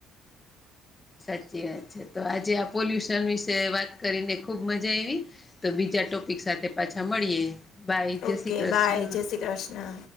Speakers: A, on the left; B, on the left.
A: સાચી વાત છે તો આજે આ પોલ્યુશન વિશે વાત કરીને ખુબ મજા આવી તો બીજા ટોપિક સાથે પાછા મળીએ બાય જય
B: ઓકે
A: શ્રી કૃષ્ણ
B: બાય જય શ્રી કૃષ્ણ